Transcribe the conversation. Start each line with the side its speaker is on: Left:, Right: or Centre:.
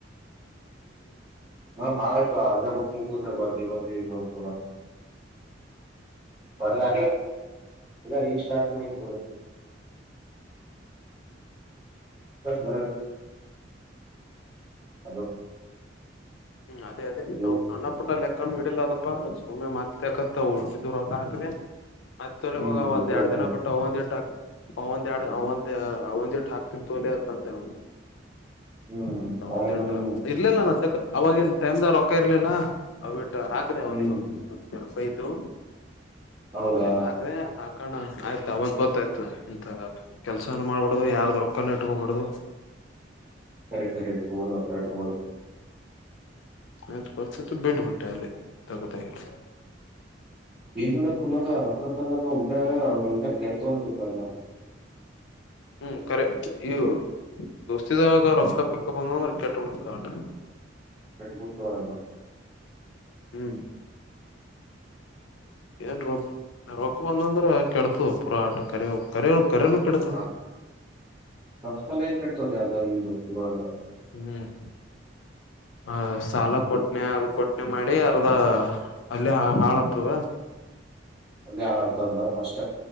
Right: ಭಾಗ ಅರ್ಧ ಬುಕ್ ಮುಗ ಬರ್ದಿ ಬರ್ದಿ ನೋ ಕೂಡ ಬ ಬಿಲ್ಲ ಇಲ್ಲ ಈಗ್ ಸ್ಟಾರ್ಟ್ ಮಾಡತ್ ಬ ಹಲೋ.
Left: ಹ್ಮ್ ಅದೇ ಅದೇ
Right: ಹಲೋ
Left: ಅವ್ ಸಣ್ಣ ಪುಟ್ಟ ಲೆಕ್ಕನ ಇಡಿಲದ ಪ್ಪ ಸುಮಮ್ಮನೆ ಮತ್ತೆಾಕತ್ತ ಉಳ್ಸಿದು ರೊಕ್ಕ ಹಾಕ್ದೆ ಮತ್ತ
Right: ಹ್ಮ್ ಓಕೆ
Left: ಒಂದ ಎರ
Right: ಅಕ್ಕ
Left: ದಿನ ಬಿಟ್ಟು ಒಂದ ಎರಡು. ಅವ ಎ ಅವಂದ ಅವಂದ ಹಾಕ್ತನ್ ತೋಲೆ ತಂದೆ ಅವ
Right: ಹ್ಮ್
Left: ಆಯ್ತಾ
Right: ಅವೇನನು
Left: ಒಂದ್ಟ್ಟು ಇರ್ಲಿಲ್ಲ ನ ಅವಾಗನ್ ಟೈಮ್ ರೊಕ್ಕ ಇರ್ಲಿಲ್ಲ. ಹಾಕದೆ ಅವನಗೂ.
Right: ಹ್ಮ್
Left: ದು
Right: ಹೌದಾ
Left: ಹೌದತ್ ಹಾಕ್ರ ಹಾಕ ಕಣ ಆಯ್ತು ಅವಾಗ ಗೊತ್ತಾಯ್ತು ಎಂತ ಕೆಲ್ಸಾನ ಮಾಡ್ಬಡದು ಯಾರ ದೊಕ್ಕನ್ನು ಇಟ್ಟಕಬಡುದು.
Right: ಕರೆಕ್ಷನ ಕಣ ನತ್ತ ಕಣುದು
Left: ಹ್ಮ ಕೊತ ಬಿಡ್ ಬಿಟ್ಟ ಅ ತಕತ ಹೇಳ
Right: ಏನ್ ಮಾಡೋಡಕ್ ಕುನದ ರೊಕ್ಕ ಕಲ್ಲಾಗ ಉಲ್ಟಾ. ಅವಟ ಕರೆತ ಹೊತಕಲ್ಲ.
Left: ಹ್ಮ್ ಕಖರೆ ಈ ದೋಸ್ತಿದಾಗ ರಫ್ಕ ಪಿಕ್ಕಪ್ ಅಂದ ಅಂದ್ರೆ ಕೆಟ್ಟ ಬಿಡ್ತದ ಆಟ.
Right: ಕೆಟ್ಟು--ಪುತಲ್ಲ
Left: ಹ್ಮ್. ಏನ್ ರೊ ರೊಕ್ಕ ಬಂದಂದ್ರೆ ಕೆಡತದ ಪೂರಾ ಕ ಕರನು ಕೆಡತ.
Right: ಹ ರೊಕ್ಕ ಕಲೆ ಕೆಡ್ತದೆ ಅದ ಈ ದೋಸ್ತಿಗಳೆಲ್ಲ
Left: ಹ್ಮ್. ಹ ಸಾಲ ಕೊಟ್ನೆ ಅದು ಕೊಟ್ನೆ ಮಾಡಿ ಅರ್ದ ಅಲ್ಲಿ ಹಾಳತ್ತದ.
Right: ಅಲ್ಲಿ ಆತಲ್ಲ ಫಸ್